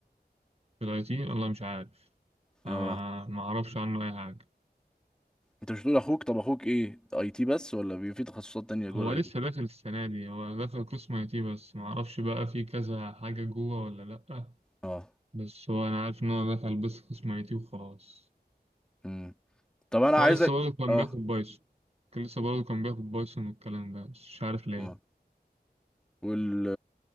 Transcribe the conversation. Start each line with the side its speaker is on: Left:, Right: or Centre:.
Right: في الاي تي والله مش عارف
Centre: اه
Right: أنا ما اعرفش عنه اي حاجه
Centre: انت مش بتقول اخوك طب اخوك ايه اي تي بس ولا بيبقى في تخصصات تانية جوه
Right: هو
Centre: الاي
Right: لسه
Centre: تي
Right: داخل السنه دي هو داخل قسم اي تي بس ما اعرفش بقى في كذا حاجه جوه ولا لا
Centre: اه
Right: بس هو انا عارف ان هو دخل بس قسم اي تي وخلاص
Centre: امم طب انا عايزك
Right: هو لسه برضه كان
Centre: اه
Right: بياخد بايثون كان لسه برضه كان بياخد بايثون والكلام ده بس مش عارف ليه
Centre: اه وال